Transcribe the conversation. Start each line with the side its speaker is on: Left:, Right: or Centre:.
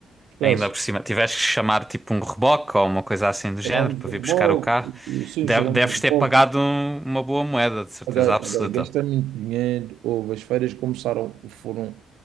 Right: Esquece,
Centre: Ainda por cima, tiveste que chamar tipo um reboque ou uma coisa assim do género
Right: chamamos
Centre: para
Right: o
Centre: vir
Right: reboco,
Centre: buscar o carro.
Right: sim,
Centre: Deve-
Right: chamamos
Centre: Deves
Right: o reboco.
Centre: ter pagado um- uma boa moeda, de certeza
Right: Paguei, paguei,
Centre: absoluta.
Right: gastei muito dinheiro, houve, as feiras começaram, foram